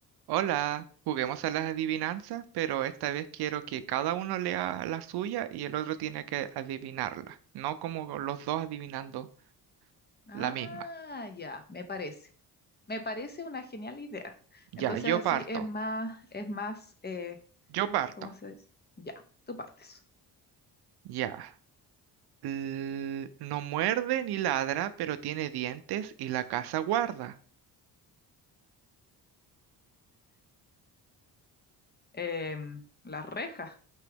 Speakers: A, on the right (about 65°); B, on the left (about 25°).
A: Hola, juguemos a las adivinanzas, pero esta vez quiero que cada uno lea la suya y el otro tiene que adivinarla, no como los dos adivinando
B: Ah,
A: la misma.
B: ya, me parece. Me parece una genial idea.
A: Ya,
B: Entonces
A: yo
B: así
A: parto,
B: es más, es más, eh,
A: yo parto.
B: ¿cómo se dice? Ya, tú partes.
A: Ya. L- no muerde ni ladra, pero tiene dientes y la casa guarda.
B: Em, la reja